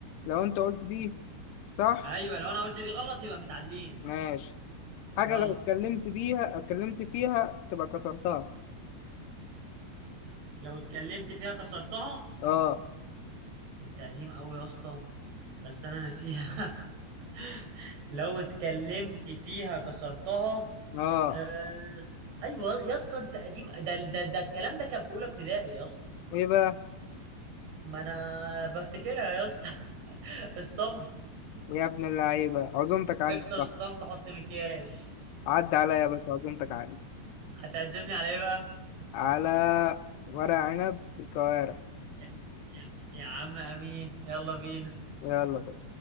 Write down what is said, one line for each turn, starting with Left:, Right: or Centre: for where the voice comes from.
Left: لو انت قلت دي صح
Right: ايوه لو انا قلت دي غلط يبقى متعادلين
Left: ماشي حاجة
Right: يلا
Left: لو اتكلمت بيها اتكلمت فيها تبقى كسرتها
Right: لو اتكلمت فيها كسرتها
Left: اه
Right: انت قديم قوي يا اسطى بس انا ناسيها <laughs> لو اتكلمت فيها كسرتها
Left: اه
Right: آه... ايوه يا اسطى انت قديم ده ده ده الكلام ده كان في اولى ابتدائي يا اسطى
Left: ايه بقى
Right: ما انا بفتكرها يا اسطى <laughs> الصمت
Left: يا ابن اللعيبة عزومتك عندي
Right: اكسر
Left: صح
Right: الصمت حط مكياج
Left: عدى عليا بس عزومتك عندي
Right: هتعزمني على ايه بقى
Left: على ورق عنب بالكوارع
Right: يا يا يا عم امين يلا بينا
Left: يلا بقى